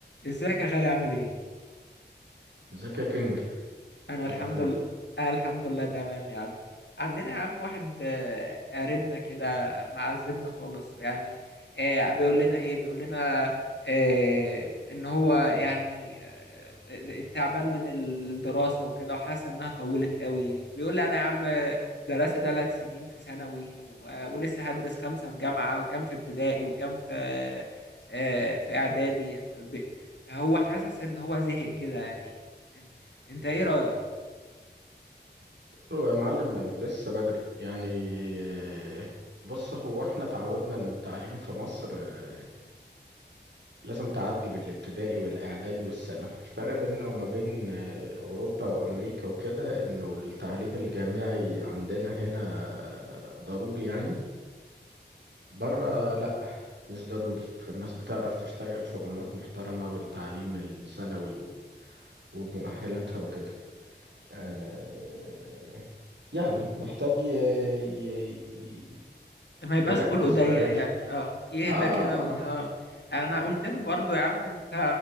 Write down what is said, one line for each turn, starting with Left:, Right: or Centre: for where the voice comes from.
Left: ازيك يا غالي عامل ايه؟
Right: ازيك يا كينج
Left: انا
Right: ايه
Left: الحمد
Right: الاخبار
Left: لله أنا الحمد لله تمام يا عم عندنا يا عم واحد آه، قريبنا كده معذبنا خالص يعني آه، بيقول لنا ايه بيقول لنا آه، ان هو يعني آه، تعبان من الدراسة وكده وحاسس انها طولت قوي بيقول لي انا يا عم درست ثلاث سنين في ثانوي و- ولسه هدرس خمسة في جامعة وكم في ابتدائي وكم في آه، في اعدادي ب- هو حاسس ان هو زهق كده يعني انت ايه رأيك
Right: هو يا معلم لسه بدري يعني آه، بص هو احنا اتعودنا انه التعليم في مصر آه، لازم تعدي بالابتدائي والاعدادي والثانوي الفرق بيننا وما بين آه، اوروبا وامريكا وكده انه التعليم الجامعي عندنا هنا آه، ضروري يعني بره لا مش ضروري فالناس بتعرف تشتغل شغلانات محترمة بالتعليم الثانوي و- وبمؤهلاتها وكده آه، يعني محتاج ي... ي... ي-
Left: ما يبقاش
Right: يركز
Left: خلقه ضيق
Right: بقى يش...
Left: يعني اه يهدى
Right: آه
Left: كده و... اه انا قلت له برضه يا عم انت